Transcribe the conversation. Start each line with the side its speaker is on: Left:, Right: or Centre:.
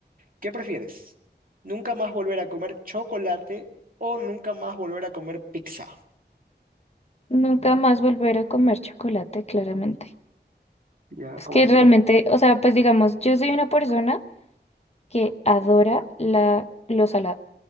Right: ¿Qué prefieres? ¿Nunca más volver a comer chocolate o nunca más volver a comer pizza?
Left: Nunca más volver a comer chocolate, claramente.
Right: Ya,
Left: Es
Right: ¿cómo
Left: que
Right: así?
Left: realmente, o sea, pues digamos, yo soy una persona que adora la, lo salado.